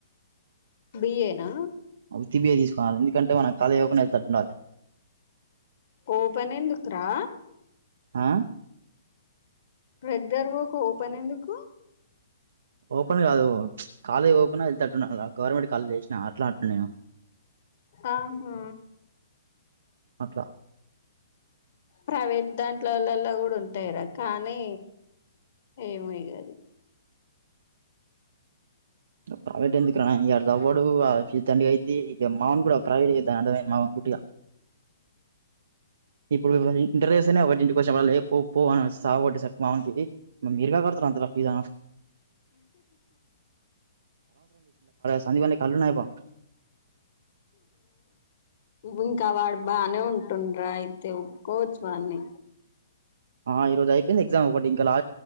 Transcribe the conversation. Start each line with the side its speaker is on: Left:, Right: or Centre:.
Left: బి ఏ నా.
Right: ఉత్తి బి ఏ తీసుకువాలి ఎందుకంటే మనం కాలేజ్ ఓపెన్ ఐతట్టు ఉండాలి.
Left: ఓపెన్ ఎందుకు రా.
Right: ఆ
Left: బెడ్డరకు ఓపెన్ ఎందుకు.
Right: ఓపన్ కాదు కాలేజ్ ఓపెన్ అయితట్టు ఉండాలి గవర్నమెంట్. కళ్ళు చేసినా అట్లా అంటునేనా
Left: ఆహా
Right: అట్లా.
Left: ప్రైవేట్ దాంట్లోలలో కూడా ఉంటాయిరా కానీ ఏమో ఇగ అది.
Right: ప్రైవేట్ ఎందుకు రా ఇగ ఆడు చదువుడు ఆ ఫీజ్ దండుగాయితాది మా వోడుగూడ ప్రైవేట్ చేయోదు అన్ని అర్ధం అయింది. ఇప్పుడు ఈ ఇంటర్ చేస్తేనే ఒకటంటే పోషవ్వ లే పో పో అని సాగొట్టేసరికి మా ఓనికి మ మీరుగా కడతారు అంత ఫీజ సందిగానే కళ్ళున్నాయయిబ
Left: ఇంకా వాడు బానే ఉంటుండ్రా అయితే ఒప్పుకోవచ్చు వాన్ని
Right: ఆ ఈ రోజు అయిపోయింది ఎగ్జామ్ ఒకటి ఇం లా